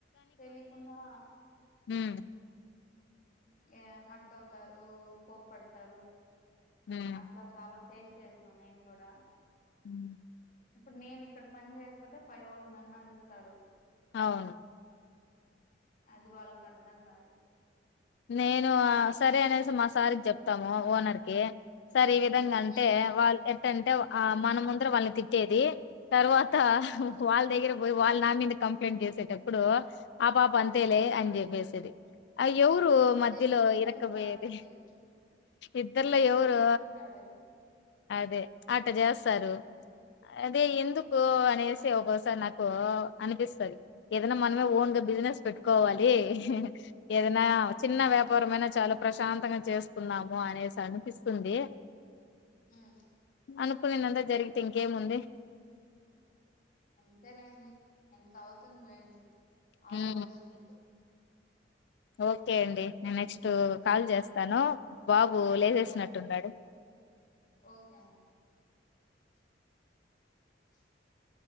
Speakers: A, on the left; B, on the left.
A: తెలియకుండా.
B: ఉహ్మ్
A: ఏ హట్ ఆవ్తారు కోపడతారు.
B: ఉమ్
A: అట్లా చాలా టేస్ట్ చేసినా నేను కూడా
B: ఉహ్మ్
A: ఇప్పుడు నేను ఇక్కడ పని చేయకపోతే. పై వాళ్ళు నన్ను అరుస్తారు.
B: అవును
A: అది వాళ్ళకి అర్థం కాదు.
B: నేను సరే అనేసి మా సారి చెప్తాము ఓనర్కిి. సరే ఈ విధంగా అంటే
A: ఉమ్
B: వాళ్ళు. ఏం అంటే ఆ మన ముందర వాళ్ళని తిట్టేది. తర్వాత
A: ఉమ్
B: వాళ్ళ దగ్గర పోయి వాళ్ళ నా మీద కంప్లైంట్ చేసేటప్పుడు. ఆ పాప అంతేలే అని చెప్పేసేది. వాల్ ఎవురు
A: అదే
B: మధ్యలో
A: బిజినెస్
B: ఇరక
A: స్ట్రాటజీ
B: పోయేది. ఇద్దల్లో
A: అదే
B: ఎవురు
A: బిజినెస్ స్ట్రాటజీ
B: అదే ఆట జాస్ తారు
A: ఉమ్
B: అదే ఎందుకు అనేసి ఒసారి నాకు అనిపిస్తది. ఏదైనా మనమే ఓన్గా బిజినెస్ పెట్టుకోవాలి. ఎదన్న చిన్న వ్యాప్ రమైనా చాలా ప్రశాంతంగా చేస్కున్నాము. అనేసి అనిపిస్తుంది.
A: ఉహ్మ్
B: అనుకునేందంతా జరిగితే ఇంకేముంది.
A: అంతేలేండి ఇంకా అవుతుందిలేండి. ఆల్
B: హ్మ్
A: ద బెస్ట్ మీకు <inaudible>
B: ఓకే అండి నే నెక్స్ట్ టు
A: సరే
B: కాల్ చేస్తాను.
A: అండి
B: బాబు లేసేసినట్టున్నాడు.
A: సరే ఓకే అండి <inaudible>